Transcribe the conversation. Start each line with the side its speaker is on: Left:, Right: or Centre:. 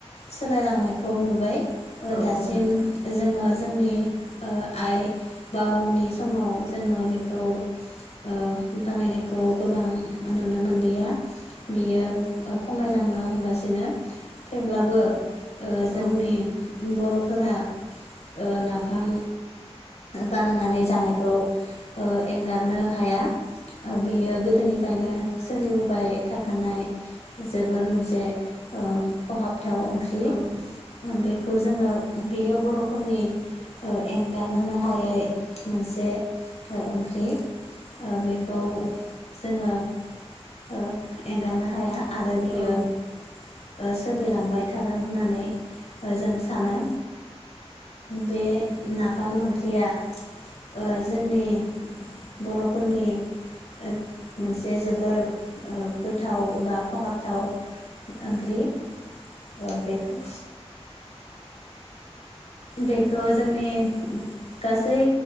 Left: सोलायलांनायखौ नुबाय ओ
Right: औ
Left: दासि
Right: औ
Left: इम
Right: नोंथां
Left: जोङो जोंनि ओ आइ बाबामोननि समाव जोङो बेखौ ओ बानायनायखौ गोबां नुनो मोनलिया बियो ओ खमायलांनो हमगासिनो थेवब्लाबो ओ जोंनि
Right: औ
Left: बर' फोरा ओ नाफाम बानायनानै जानायखौ ओ एंगारनो हाया बियो ओ गोदोनिफ्रायनो सोलिबोबाय थाखानाय जोबोर मोनसे ओ खहाबथाव ओंख्रि
Right: औ
Left: बेखौ जोङो बेयो बर'फोरनि ओ एंगारनो हायै मोनसे ओ ओंख्रि ओ बेखौ जोङो ओ एंगारनो हाया आरो बियो
Right: औ
Left: ओ सोलिलांबाय थागोन होननानै जों सानो बे नाफाम ओंख्रिया ओ जोंनि बर'फोरनि ओद मोनसे जोबोर ओ गोथाव एबा खहाबथाव ओंख्रि ओ बेखौ बेखौ जोंनि गासै